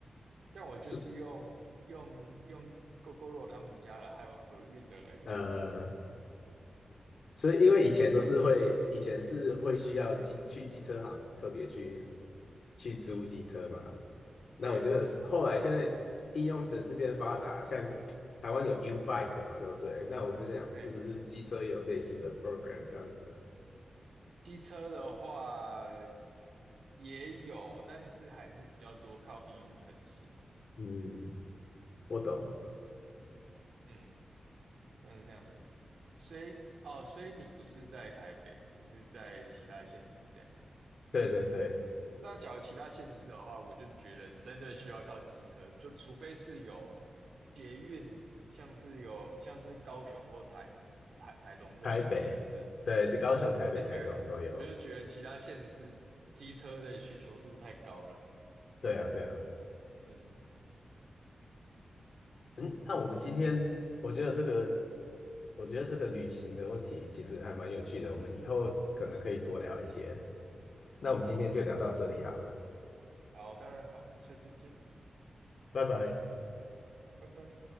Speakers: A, on the right (about 75°); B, on the left (about 70°).
A: 像我就是用用用
B: 是
A: GoGoRo 他们家的，还有和运的来租。
B: 呃，所以因为以前都是会，以前是会需要机去机车行特别去去租机车嘛，那我觉得后来现在应用程式变发达，
A: 对
B: 像台湾有 U Bike 嘛，对不对？那我是想，是不是机车也有类似的
A: 对，
B: program 这样子？
A: 机车的话也有，但是还是比较多靠应用城市，
B: 嗯，我懂，
A: 嗯，像是这样子。所以哦，所以你不是在台北，你是在其他县市这样子。
B: 对对对，
A: 那假如其他县市的话，我就觉得真的需要靠机车，就除非是有捷运，像是有像是高雄或台台台中这两个县市，
B: 台北，对，高雄、台北、
A: 对，
B: 台中都有。
A: 我就觉得其他县市机车的需求度太高了。
B: 对啊，对啊。
A: 嗯，
B: 嗯，那我们今天，
A: 好，
B: 我觉得这个，我觉得这个旅行的问题其实还蛮有趣的，我们以后可能可以多聊一些。那我们今天就聊到这里好了，
A: 好。好，当然好，下次见，
B: 拜拜。
A: 好，拜拜。